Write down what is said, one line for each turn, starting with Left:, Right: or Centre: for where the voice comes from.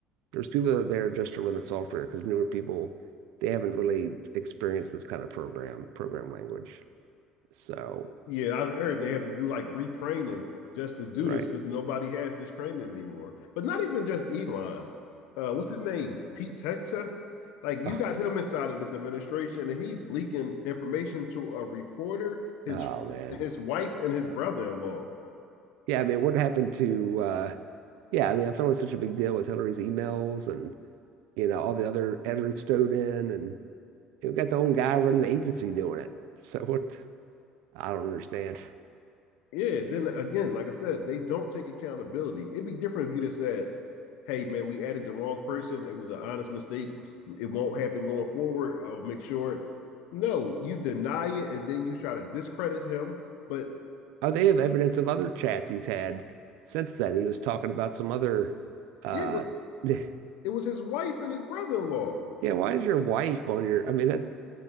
Right: There's people that are there just to run the software because newer people, they haven't really experienced this kind of program, program language. So,
Left: Yeah, I heard they have to do like retraining just to do
Right: right.
Left: this because nobody has this training anymore. But not even just Elon. Uh, what's his name? Pete Hexa. Like you
Right: Oh,
Left: got him inside of this administration, and he's leaking information to a reporter, his
Right: oh, man.
Left: his wife, and his brother-in-law.
Right: Yeah, I mean, what happened to uh yeah, I mean, I thought was such a big deal with Hillary's emails and you know, all the other editors stowed in and we got the own guy running the agency doing it. So what I don't understand.
Left: Yeah. Then again, like I said, they don't take accountability. It'd be different if you just said, hey man, we added the wrong person. It was an honest mistake. It won't happen going forward. I'll make sure. No, you deny it and then you try to discredit him. But
Right: Oh, they have evidence of other chats he's had since then. He was talking about some other uh
Left: yeah, what
Right: <laughs> yeah,
Left: it was his wife and his brother-in-law.
Right: why is your wife on your I mean that